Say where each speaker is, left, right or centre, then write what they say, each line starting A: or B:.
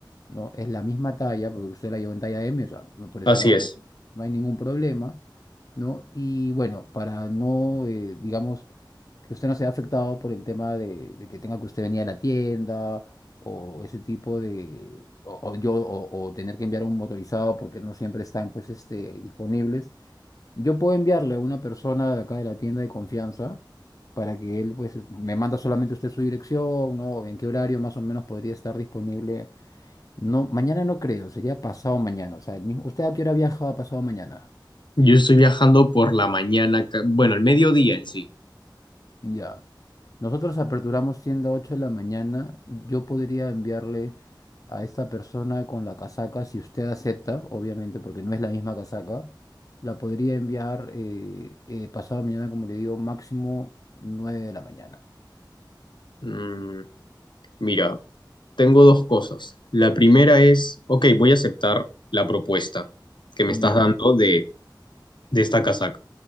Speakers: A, on the left; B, on the left.
A: ¿no? Es la misma talla, porque usted la llevó en talla M, o sea, no- por ese
B: Así
A: lado
B: es.
A: no hay, no hay ningún problema, ¿no? Y bueno, para no, eh, digamos, que usted no sea afectado por el tema de, de que tenga que usted venir a la tienda o ese tipo de, o, o yo, o, o tener que enviar un motorizado porque no siempre están, pues, este, disponibles. Yo puedo enviarle a una persona de acá de la tienda de confianza para que él pues es- me manda solamente usted su dirección, ¿no? En qué horario más o menos podría estar disponible. No, mañana no creo, sería pasado mañana. O sea, el mismo, ¿usted a qué hora viaja pasado mañana?
B: Yo estoy viajando por la mañana, ca- bueno, el mediodía en sí.
A: Ya. Nosotros aperturamos tienda 8 de la mañana. Yo podría enviarle a esta persona con la casaca, si usted acepta, obviamente, porque no es la misma casaca. La podría enviar eh, eh, pasado mañana, como le digo, máximo 9 de la mañana.
B: Mm, mira, tengo dos cosas. La primera es, ok, voy a aceptar la propuesta que me
A: Ya.
B: estás dando de, de esta casaca,